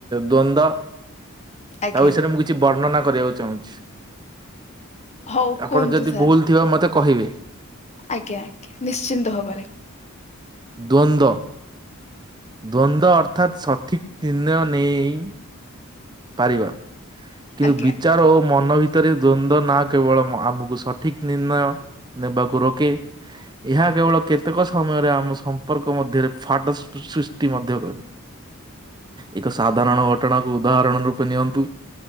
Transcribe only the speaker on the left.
ଆଜ୍ଞା।
ହଉ
କୁହନ୍ତୁ
ସାର୍
ଆଜ୍ଞା ଆଜ୍ଞା ନିଶ୍ଚିନ୍ତ ହବାରେ।
ଆଜ୍ଞା